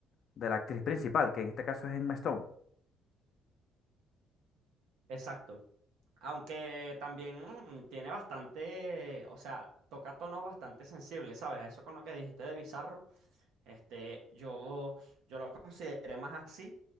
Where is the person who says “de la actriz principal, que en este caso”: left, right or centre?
Left